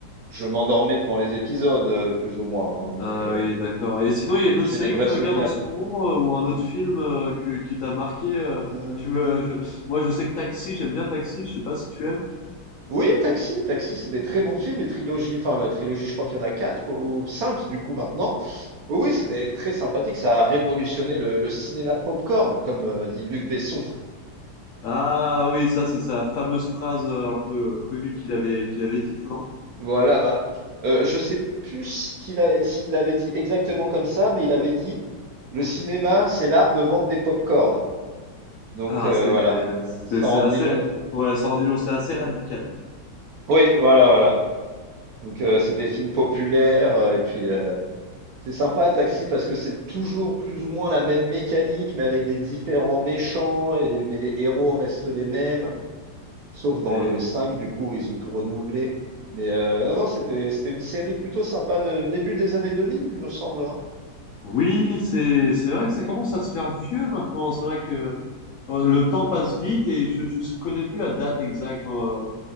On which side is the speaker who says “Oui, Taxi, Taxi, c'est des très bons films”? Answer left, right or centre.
Right